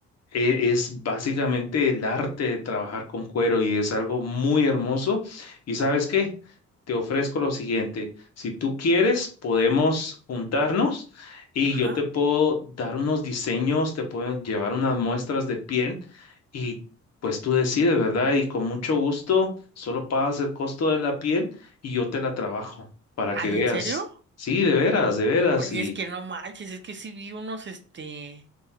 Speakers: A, on the left; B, on the right.
A: e- Es básicamente el arte de trabajar con cuero y es algo muy hermoso. ¿Y sabes qué? Te ofrezco lo siguiente. Si tú quieres, podemos juntarnos y
B: Ajá.
A: yo te puedo dar unos diseños, te puedo llevar unas muestras de piel y pues tú decides, ¿verdad? Y con mucho gusto, solo pagas el costo de la piel y yo te la trabajo para
B: Ay,
A: que veas.
B: ¿en serio?
A: Sí, de veras, de veras.
B: Oye,
A: Y,
B: es que no manches, es que sí vi unos, este,